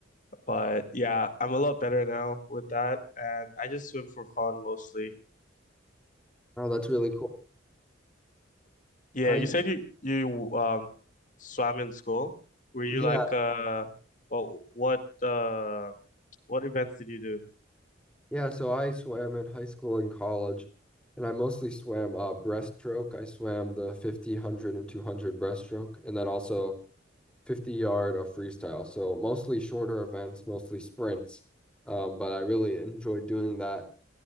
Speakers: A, on the left; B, in the centre.
A: but yeah, I'm a lot better now with that, and I just swim for fun mostly.
B: Oh, that's really cool.
A: Yeah,
B: I
A: you said you you um swam in school. Were you
B: yeah,
A: like uh well what uh what events did you do?
B: yeah, so I swam in high school and college, and I mostly swam uh breaststroke. I swam the 50, one hundred, and two hundred breaststroke, and then also 50 yard of freestyle. So mostly shorter events, mostly sprints. Um, but I really enjoyed doing that.